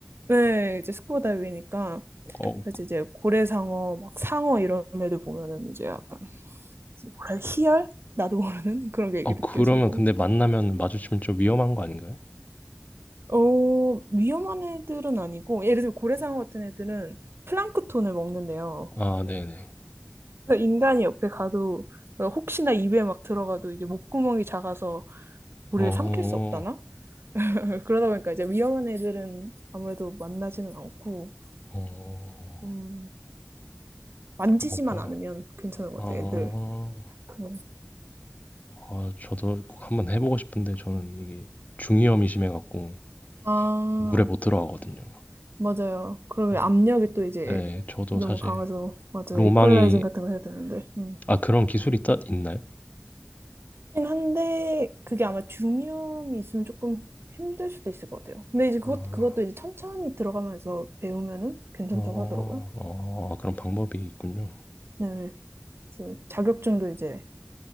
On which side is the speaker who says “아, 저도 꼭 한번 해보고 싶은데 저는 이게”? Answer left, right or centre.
Left